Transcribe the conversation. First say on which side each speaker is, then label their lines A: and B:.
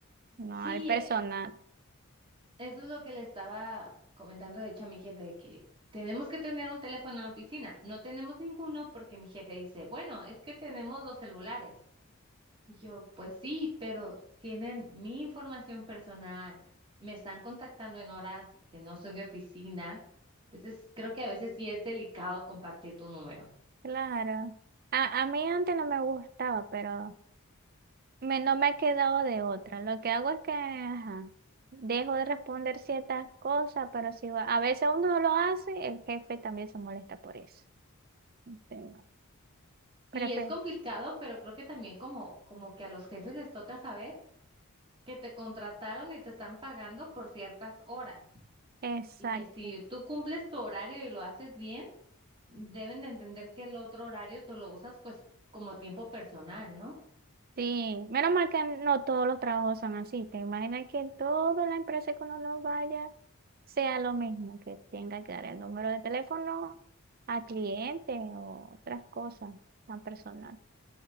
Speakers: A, on the right (about 45°); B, on the right (about 25°).
A: no
B: Sí,
A: al personal.
B: eh, Eso es lo que le estaba comentando, de hecho, a mi jefe, de que tenemos que tener un teléfono en la oficina. No tenemos ninguno porque mi jefe dice, bueno, es que tenemos los celulares. Y yo, pues sí, pero tienen mi información personal, me están contactando en horas que no son de oficina. Entonces, creo que a veces sí es delicado compartir tu número.
A: Claro. A, a mí antes no me gustaba, pero Me, no me ha quedado de otra. Lo que hago es que ajá, dejo de responder ciertas cosas, pero si va- a veces uno lo hace, el jefe también se molesta por eso. Entonces, prefe-
B: Sí, es complicado, pero creo que también como, como que a los jefes les toca saber que te contrataron y te están pagando por ciertas horas.
A: Exacto.
B: Y que si tú cumples tu horario y lo haces bien, deben de entender que el otro horario tú lo usas pues como tiempo personal, ¿no?
A: Sí, menos mal que no todos los trabajos son así. Te imaginas que en toda la empresa que uno no vaya sea lo mismo, que tenga que dar el número de teléfono a clientes o otras cosas tan personales.